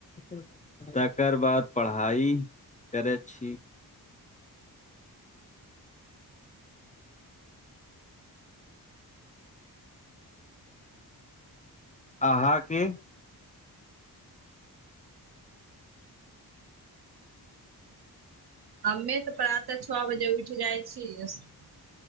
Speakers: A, on the left (about 20°); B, on the right (about 80°).
A: <inaudible> तकर बाद पढ़ाई करैत छी। अहाँ के?
B: हम्मे त प्रातः छ बजे उठि जाइ छी। स्